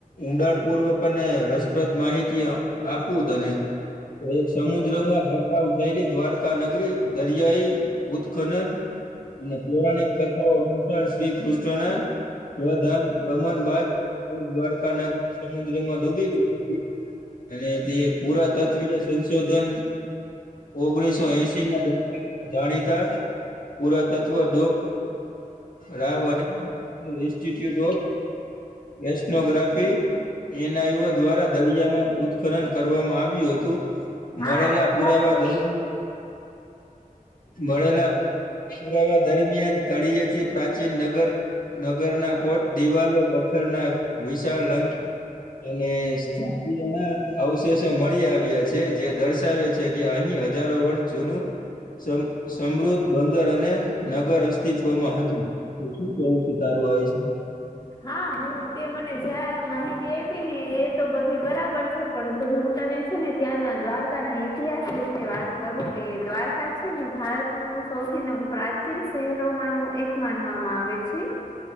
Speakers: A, on the left (about 75°); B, on the left (about 30°).
A: ઊંડાણ પૂર્વક અને રસપ્રદ માહિતીઅ આપવું તને. <unintelligible> એક સમુદ્ર માં <unintelligible> થયેલી દ્વારકા નગરી દરિયાઈ ઉત્ખનન મથુરા <unintelligible> અનુસાર શ્રી કૃષ્ણને દ્રવદાન દમન બાદ દ્વારકાનાગ સમુદ્રમાં ડૂબી ગય હતી. અને તે પુરાતત્વીય સંશોધન ઓગણીસો એશ ના જાણીતા, પુરાતત્વ ડો. રાવ અને institute of oceanography N. I. O દ્વારા દરિયામાં ઉત્કરણ કરવામાં આવ્યું હતું. મળેલા
B: હા એ
A: પુરાવા
B: વાત તો
A: દર મળેલા પુરાવા દરમિયાન તળિયે થી પ્રાચીન નગર નગર ના કોટ દિવાલો પથ્થર ના વિશાળ લંક અને સ્થાપીય ના અવશેષો મળી આવ્યા છે, જે દર્શાવે છે કે અહીં હજારો વર્ષ જૂનું સમ, સમૃદ્ધ બંદર અને નગર અસ્તિત્વમાં હતું. તો શું કેવું છે? તારું આવી છે.
B: હા, હું તે મને જે આ માહિતી આપી ને એ તો બધી બરાબર છે. પણ હું તને છે ને ત્યાંના દ્વારકા ના ઇતિહાસ વિશે વાત કરું કે દ્વારકા છે ને ભારત નું સૌથી પ્રાચીન શહેરો માં નું એક માનવામાં આવે છે.